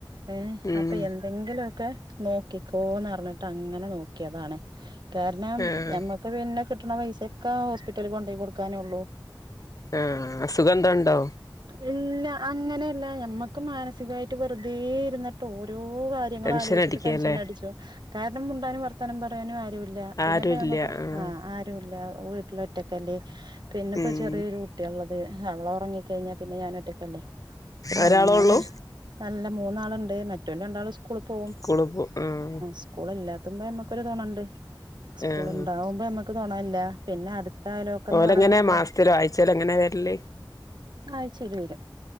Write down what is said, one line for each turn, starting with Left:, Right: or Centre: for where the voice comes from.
Right: ഏ
Left: ഉം
Right: അപ്പൊ എന്തെങ്കിലും ഒക്കെ നോക്കിക്കോന്ന് പറഞ്ഞിട്ട് അങ്ങനെ നോക്കിയതാണ് കാരണം
Left: ആഹ്
Right: ഞമ്മക്ക് പിന്നെ കിട്ടണ പൈസയ ഒക്കെ ആ ഹോസ്പിറ്റൽ കൊണ്ട്പോയി കൊടുക്കാനുള്ളൂ
Left: ആഹ അസുഖം ഉണ്ടോ
Right: ഇല്ല അങ്ങനെയല്ല ഞമ്മക്ക് മാനസികായിട്ട് വെറുതെ- എന്നിട്ട് ഓരോ കാര്യങ്ങള
Left: ടെൻഷൻ
Right: ആലോചിച്ചിട്ട്
Left: അടിക്കല്ലേ
Right: ടെൻഷൻടിച്ചു മിണ്ടാനും വർത്തനം പറാനും ആരും ഇല്ല ഇല്ല പിന്നെപ്പ
Left: ആരുല്ല
Right: മക്ക്
Left: ആഹ്
Right: ആ ആല്ല വീട്ടില ഒറ്റക്കല്ലേ പിന്നെപ്പോ
Left: ഉം
Right: ചെറിയൊരു കുട്ടിയ ഉള്ളത് അവള ഉറങ്ങിക്ക കഴിഞ്ഞാ പിന്നെ ഞാന ഇട്ടിപ്പല്ലേ
Left: ഒരാളോള്ളൂ
Right: അങ്ങനെ നല്ല മൂന്നാളുണ്ട് മറ്റ രണ്ടാും സ്കൂ പോകും
Left: സ്കൂള് പോ ആഹ്
Right: സ്കൂൾല്ലാ പത്തുമ്പോ നമ്മക്കൊ തോണുണ്ട് സ്കൂള
Left: ആഹ്
Right: ഉണ്ടാവുമ്പോമ്മക്ക് തോണല്ല പിന്നെ അടു <unintelligible> യാലോക്കന്ന്
Left: ഓലെങ്ങനെ
Right: പറയണ നഞമ്മള്
Left: മാസത്തിലോ ആഴ്ചയിലോ എങ്ങനെ വരല്
Right: ആ ശരി വരും